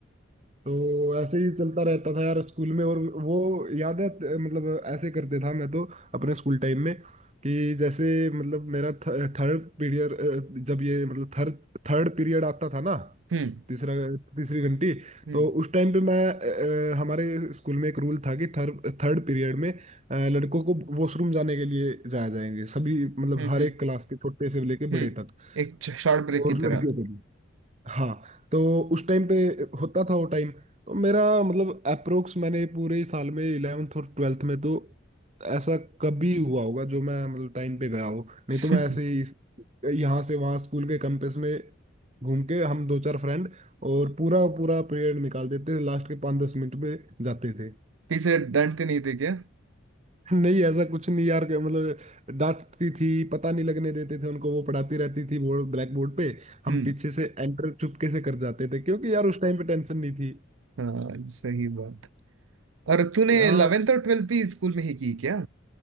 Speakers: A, on the right; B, on the right.
A: तो ऐसे ही चलता रहता था यार स्कूल में और वो याद है त- मतलब ऐसे करते था मैं तो अपने स्कूल टाइम में कि जैसे मतलब मेरा थर्ड पीरियड जब ये मतलब थर्ड थर्ड पीरियड आता था ना
B: हम्म
A: तीसरा तीसरी घंटी
B: हम्म
A: तो उस टाइम पे मैं अ, अ, हमारे स्कूल में एक रूल था कि थर्ड थर्ड पीरियड में अ, लड़कों को वॉशरूम जाने के लिए जाया जाएंगे सभी मतलब
B: हम्म
A: हर
B: हम्म
A: एक क्लास के छोटे से लेके
B: हम्म।
A: बड़े तक
B: एक शॉर्ट ब्रेक
A: और
B: की तरह
A: लड़कियों को भी हाँ तो उस टाइम पे होता था वो टाइम तो मेरा मतलब अप्रोक्स मैंने पूरे साल में इलेवेंथ और ट्वेल्थ में तो ऐसा कभी हुआ होगा जो मैं मतलब टाइम पे गया हो नहीं
B: <laughs>
A: तो मैं ऐसे ही इस- यहाँ से वहाँ स्कूल के कैंपस में घूम के हम दो चार फ्रेंड और पूरा पूरा पीरियड निकाल देते थे लास्ट के पाँच दस मिनट में जाते थे
B: पीछे डांटते नहीं थे क्या
A: नहीं ऐसा कुछ नहीं यार मतलब डांटती थी पता नहीं लगने देते थे उनको वो पढ़ाती रहती थी बोर्ड ब्लैक बोर्ड पे हम
B: हम्म
A: पीछे से एंटर चुपके से कर जाते थे क्योंकि यार उस टाइम पे टेंशन नहीं थी
B: हाँ सही बात और तूने
A: हाँ
B: 11th और 12th भी स्कूल में ही की क्या